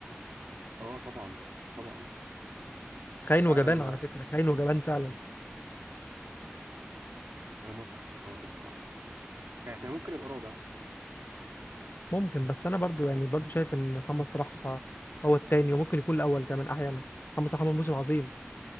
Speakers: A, on the right; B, on the left.
A: اه طبعا طبعا
B: خاين
A: بعد
B: وجبان
A: ما
B: على فكرة خاين وجبان فعلا
A: انا موافقك في الحوار ده بصراحه يعني ممكن يبقى رابع
B: ممكن بس انا برضو يعني برضو شايف ان محمد صلاح هو التاني وممكن يكون الاول كمان احيانا محمد صلاح عمل موسم عظيم